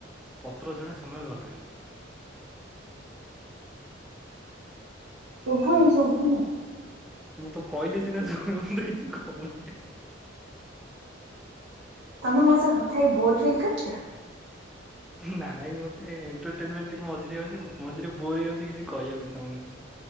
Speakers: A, in the centre; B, on the right.
A: ପତ୍ର ଝଡା ସମୟ ଗଲାଣି।
B: ଶୁଭୁନି ଶୁଭୁନି।
A: ମୁଁ ତ କହିଲେ ସିନା ସୁବି <unintelligible> ମୁଁ ତ କିଛି କୋହୁନି।
B: ତମେ ମୋ ସଅ କଥା ହେଇ ବୋର ଫିଲ୍ କରଚ଼?
A: ନାଇଁ ମତେ ଏଣ୍ଟରଟେନମେଣ୍ଟ ଟିକେ ମଝିରେ ହଉଚ଼ି ମଝିରେ ବୋର ହେଇଯାଉଚ଼ି କିଛି କହିଆକୁ ଇଚ୍ଛା ହଉନି।